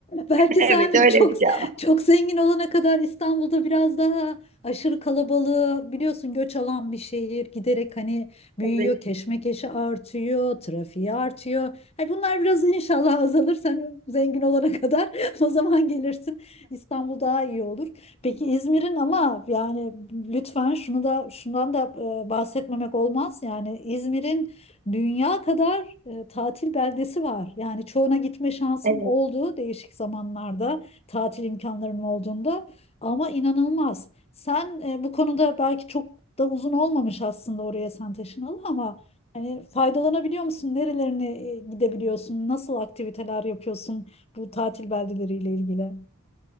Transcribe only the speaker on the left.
Belki
sen
<laughs> çok
çok zengin olana kadar İstanbul'da biraz daha aşırı kalabalığı biliyorsun göç alan bir şehir giderek hani büyüyor,
keşmekeşi artıyor, trafiği artıyor. Hani bunlar biraz inşallah azalır sen zengin olana kadar <laughs> o zaman gelirsin. İstanbul daha iyi olur. Peki İzmir'in ama yani lütfen şunu da şundan da e, bahsetmemek olmaz. Yani İzmir'in dünya kadar e, tatil beldesi var. Yani çoğuna gitme şansım
oldu değişik zamanlarda tatil imkanlarım olduğunda ama inanılmaz. Sen e, bu konuda belki çok da uzun olmamış aslında oraya sen taşınalı ama hani faydalanabiliyor musun? Nerelerine e, gidebiliyorsun? Nasıl aktiviteler yapıyorsun bu tatil beldeleriyle ilgili?